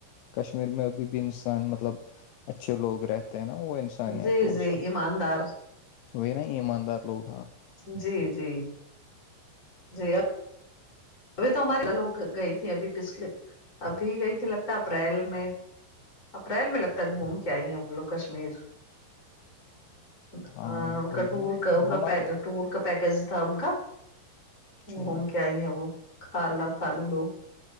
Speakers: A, on the left (about 80°); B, on the left (about 20°).
A: کشمیر میں ابھی بھی انسان مطلب اچھے لوگ رہتے ہیں نا وہ انسانیت
B: جی
A: وہ
B: جی
A: سب
B: ایماندار
A: وہی نا ایماندار لوک
B: جی جی جی ابھی تو ہمارے لوگ گئی تھی ابھی پچھلے ابھی گئی تھی لگتا اپریل میں اپریل میں لگتا ہے گھوم کے آئی گے وہ لوگ کشمیر ہ ان
A: ہاں وہی
B: کا ٹور
A: نا
B: کا ان کا
A: ہمارے
B: پ ٹور کا پیکج تھا ان کا
A: جی
B: گھوم کے آئی ہے وہ کھا لا کھا لوں لوگ